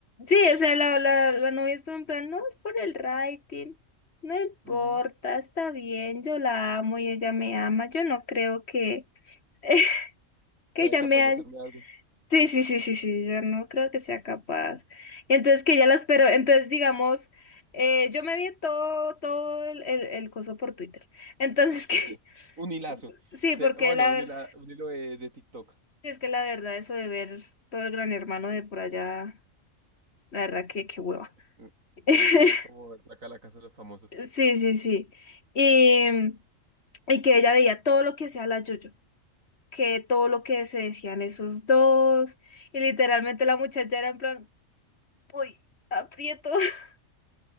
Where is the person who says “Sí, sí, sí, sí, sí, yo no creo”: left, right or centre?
Left